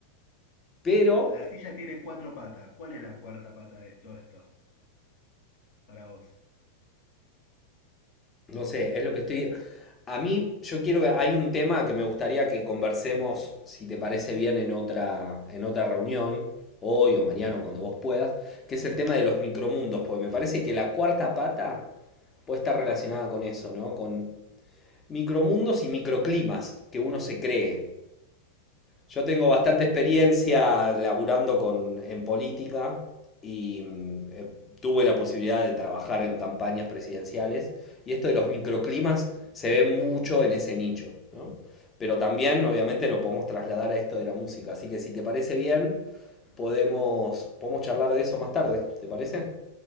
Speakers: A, on the left (about 20°); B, on the left (about 45°).
A: Pero
B: La silla tiene cuatro patas. ¿Cuál es la cuarta pata de todo esto? Para vos.
A: No sé, es lo que estoy... A mí, yo quiero que... Hay un tema que me gustaría que conversemos, si te parece bien, en otra, en otra reunión, hoy o mañana, o cuando vos puedas, que es el tema de los micromundos, porque me parece que la cuarta pata puede estar relacionada con eso, ¿no? Con micromundos y microclimas que uno se cree. Yo tengo bastante experiencia laburando con, en política y mm, eh, tuve la posibilidad de trabajar en campañas presidenciales y esto de los microclimas se ve mucho en ese nicho, ¿no? Pero también obviamente lo podemos trasladar a esto de la música, así que si te parece bien, podemos, podemos charlar de eso más tarde, ¿te parece?